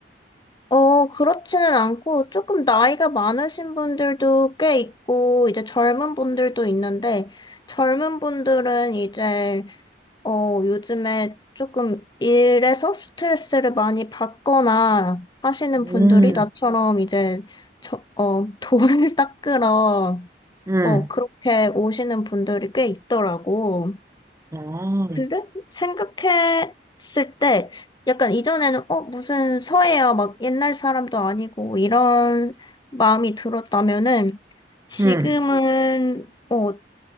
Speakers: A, on the left (about 25°); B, on the right (about 15°).
A: 어, 그렇지는 않고 조금 나이가 많으신 분들도 꽤 있고, 이제 젊은 분들도 있는데, 젊은 분들은 이제, 어, 요즘에 조금 일에서 스트레스를 많이 받거나 하시는 분들이
B: 음,
A: 나처럼 이제, 저, 어, <laughs> 돈을 닦으러,
B: 음,
A: 어, 그렇게 오시는 분들이 꽤 있더라고.
B: 아,
A: 근데 생각했을 때 약간 이전에는 어 무슨 서예야 막 옛날 사람도 아니고 이런 마음이 들었다면은 지금은
B: 음,
A: 어